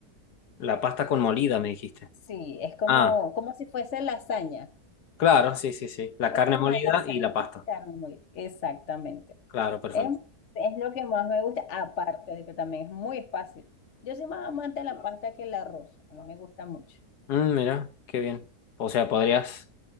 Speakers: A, on the left; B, on the left.
A: La pasta con molida,
B: Sí,
A: me dijiste.
B: sí, es como,
A: Ah,
B: como si fuese lasaña.
A: claro, sí, sí, sí. La
B: Es
A: carne
B: una
A: molida
B: lasaña,
A: y la pasta.
B: carne molida. Exactamente.
A: Claro, perfecto.
B: Es, es lo que más me gusta, aparte de que también es muy fácil. Yo soy más amante de la pasta que el arroz. A mí me gusta mucho.
A: Mm, mira, qué bien. O sea, ¿podrías